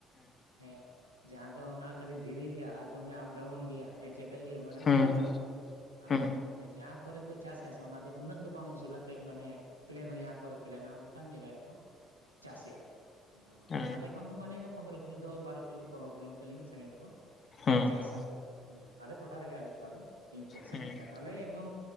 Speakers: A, on the right; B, on the left.
A: ᱦᱮᱸ ᱾ ᱡᱟᱦᱟᱸ ᱫᱚ ᱚᱱᱟ ᱠᱷᱟᱹᱞᱤ ᱫᱷᱤᱨᱤ ᱜᱮᱭᱟ ᱟᱨ ᱫᱚᱢᱮ ᱟᱯᱰᱟᱣᱩᱱ ᱜᱮᱭᱟ ᱦᱮᱸ ᱪᱮᱴᱟᱹᱭ ᱤᱭᱟᱹ ᱢᱟᱱᱮ
B: ᱦᱮᱸ
A: ᱩᱥᱩᱞᱟ
B: ᱦᱮᱸ
A: ᱾
B: ᱦᱮᱸ
A: ᱟᱨ ᱚᱱᱮ ᱡᱟᱦᱟᱸ ᱠᱚᱨᱮ ᱠᱷᱚᱡ ᱪᱟᱥ ᱮᱜᱟ ᱥᱮ ᱚᱱᱟ ᱫᱚ ᱩᱱᱟᱹᱜ ᱫᱚ ᱵᱟᱝ ᱩᱥᱩᱞᱟ ᱠᱟᱹᱡ ᱢᱟᱱᱮ ᱯᱞᱮᱱ ᱦᱚᱸ ᱡᱟᱦᱟᱸ ᱠᱚᱨᱮ ᱯᱞᱮᱱᱟ ᱚᱱᱠᱟᱱ ᱡᱟᱭᱜᱟ ᱨᱮᱠᱚ ᱪᱟ ᱪᱟᱥᱮᱜ-ᱟ ᱠᱚ ᱟᱫᱚ
B: ᱦᱮᱸ
A: ᱟᱞᱮ ᱠᱷᱚᱱ ᱫᱚ ᱢᱟᱱᱮ ᱯᱚᱱᱨᱚ ᱠᱤᱞᱳ ᱫᱚᱥ ᱵᱟᱨᱚ ᱠᱤᱞᱳ ᱯᱚᱱᱨᱚ ᱠᱤᱞᱳᱢᱤᱴᱨ ᱤᱱᱟᱹᱜ ᱥᱟᱜᱤᱧ ᱨᱮᱠᱚ
B: ᱦᱮᱸ
A: ᱪᱟᱥ ᱟᱠᱚ ᱦᱮᱸ ᱟᱞᱮ ᱴᱚᱴᱷᱟ ᱨᱮᱜᱮ ᱟᱞᱮ ᱴᱚᱴᱷᱟ ᱫᱚ ᱤᱱᱠᱟᱹᱜ ᱥᱟᱹᱜᱤᱧ,
B: ᱦᱮᱸ
A: ᱟᱨ ᱟᱞᱮ ᱮᱠᱫᱚᱢ